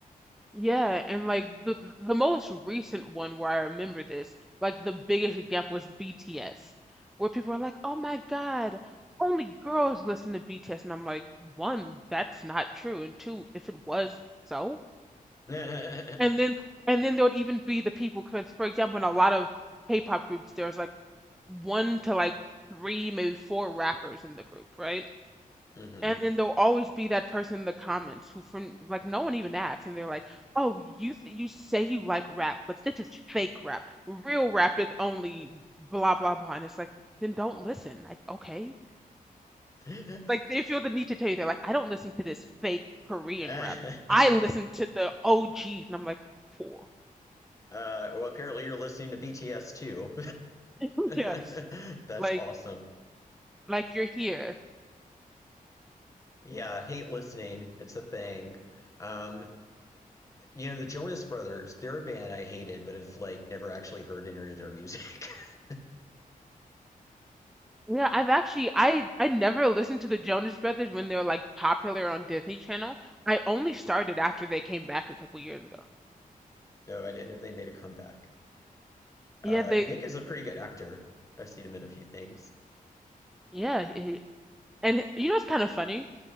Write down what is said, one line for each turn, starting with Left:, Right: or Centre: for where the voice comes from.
Centre: Yeah, and like the the most recent one where I remember this, like the biggest example was BTS, where people are like, "Oh my God, only girls listen to BTS," and I'm like, one, that's not true, and two, if it was so,
Left: <laughs>
Centre: and then and then there would even be the people, because for example, in a lot of K-pop groups, there's like one to like three, maybe four rappers in the group, right?
Left: hmm
Centre: And then there'll always be that person in the comments who from like no one even asks and they're like, "Oh, you s- you say you like rap, but this is fake rap. Real rap is only blah blah blah." And it's like, "Then don't listen." Like, okay.
Left: <laughs>
Centre: Like they feel the need to tell you they're like, "I don't listen to this fake Korean
Left: uh,
Centre: rap. I listen to the OGs." And I'm like, "Cool."
Left: well apparently you're listening to BTS too.
Centre: <laughs> Yeah.
Left: <laughs> So <laughs> that's
Centre: Like
Left: awesome.
Centre: like you're here.
Left: Yeah, hate listening. It's a thing. Um You know, the Jonas Brothers, they're a band I hated, but have like never actually heard any of their music. <laughs>
Centre: Yeah, I've actually I I never listened to the Jonas Brothers when they were like popular on Disney Channel. I only started after they came back a couple years ago.
Left: So I didn't know they made a comeback. Uh,
Centre: Yeah, they
Left: Nick is a pretty good actor. I've seen him in a few things.
Centre: yeah, he- and he- you know it's kind of funny